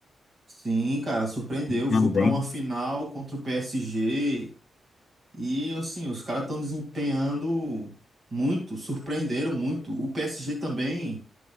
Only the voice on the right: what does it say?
sim, cara, surpreendeu.
Foi pra
uma final contra o PSG. E assim, os caras estão desempenhando muito, surpreenderam muito. O PSG também